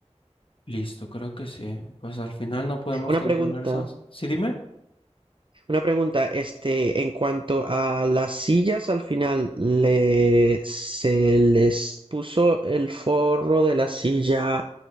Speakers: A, on the left (about 50°); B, on the right (about 50°).
A: Listo, creo que sí. Pues al final no podemos
B: Una
A: controlar
B: pregunta,
A: eso. Sí, dime.
B: Una pregunta, este, en cuanto a las sillas, al final le, se les puso el forro de la silla,